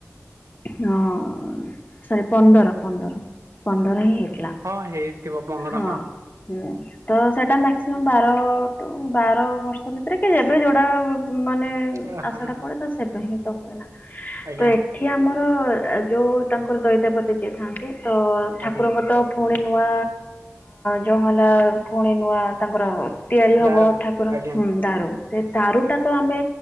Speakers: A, on the left (about 35°); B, on the right (about 80°).
A: ହଁ ସରି ପନ୍ଦର-ପନ୍ଦର। ପନ୍ଦର ହିଁ ହେଇଥିଲା
B: ହଁ ହେଇଥିବ ପନ୍ଦର
A: ହଁ ହୁଁ। ତ ସେଇଟା ମ୍ୟାକ୍ସିମମ୍ ବାର ଟୁ ବାର ବର୍ଷ ଭିତରେ କି ଏବେ ଯୋଉଟା ମାନେ
B: ହଁ
A: ଆଶାଟା
B: ହଁ
A: ପଡେ ତ ସେବେ ହିଁ ତ ହୁଏନା
B: ଆଜ୍ଞା
A: ତ ଏଠି ଆମର ଯୋଉ ତାଙ୍କର ଦଇତା ପତି ଯିଏ ଥାନ୍ତି ତ
B: ଆଜ୍ଞା
A: ଠାକୁରଙ୍କ ତ ପୁଣି ନୂଆ ଯୋଉ ହେଲା ଫୁଣି ନୂଆ ତାଙ୍କର ତିଆରି ହବ
B: ଦାରୁ
A: ଠାକୁର
B: ଆଜ୍ଞା
A: ହୁଁ ଦାରୁ ସେ ଦାରୁଟା ତ ଆମେ